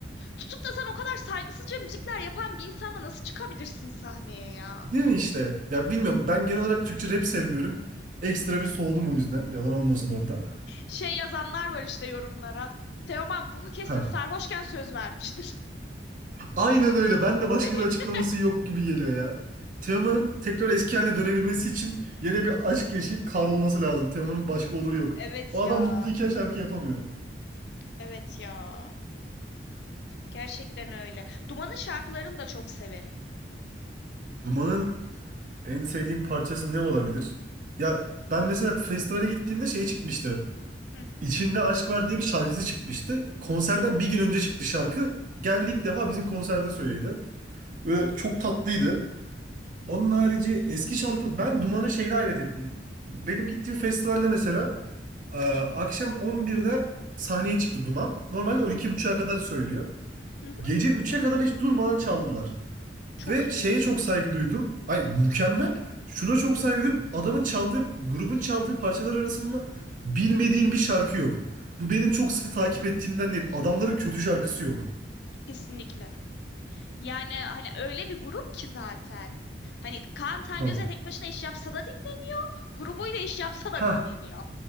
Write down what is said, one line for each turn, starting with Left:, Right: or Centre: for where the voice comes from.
Left: Tutup da sen o kadar saygısızca müzikler yapan bir insanla nasıl çıkabilirsin sahneye ya?
Right: değil mi işte? Ya bilmiyorum ben genel olarak Türkçe rap sevmiyorum. Ekstra bir soğudum o yüzden. Yalan olmasın orada.
Left: Şey yazanlar var işte yorumlara. Teoman bunu kesin
Right: Heh.
Left: sarhoşken söz vermiştir.
Right: Aynen öyle. Ben
Left: <laughs>
Right: de başka bir açıklaması yok gibi geliyor ya. Teoman'ın tekrar eski haline dönebilmesi için yine bir aşk yaşayıp kar olması lazım. Teoman'ın başka oluru yok.
Left: Evet
Right: O
Left: ya.
Right: adam mutluyken şarkı yapamıyor.
Left: Evet ya. Gerçekten öyle. Duman'ın şarkılarını da çok severim.
Right: Duman'ın En sevdiğim parçası ne olabilir? Ya ben mesela festivale gittiğimde şey çıkmıştı.
Left: Hı
Right: İçimde Aşk Var diye bir şarkısı çıkmıştı. Konserden
Left: hı hı
Right: bir gün önce çıktı şarkı. Geldi ilk defa bizim konserde söyledi. Böyle
Left: hı hı
Right: çok tatlıydı. Onun harici eski şarkı... Ben Duman'ın şeyine hayret ettim. Benim gittiğim festivalde mesela e,
Left: hı
Right: akşam 11'de sahneye çıktı Duman. Normalde 12.30'a
Left: hı.
Right: kadar söylüyor.
Left: hı
Right: Gece 3'e kadar hiç durmadan çaldılar.
Left: Çok
Right: Ve
Left: iyi.
Right: şeye çok saygı duydum. Ay mükemmel. Şuna çok saygı duydum. Adamın çaldığı, grubun çaldığı parçalar arasında bilmediğim bir şarkı yok. Bu benim çok sıkı takip ettiğimden değil. Adamların kötü şarkısı yok.
Left: Kesinlikle. Yani hani öyle bir grup ki zaten. Hani Kaan Tangöze
Right: Hah.
Left: tek başına iş yapsa da dinleniyor. Grubuyla iş yapsa
Right: Hah.
Left: da dinleniyor.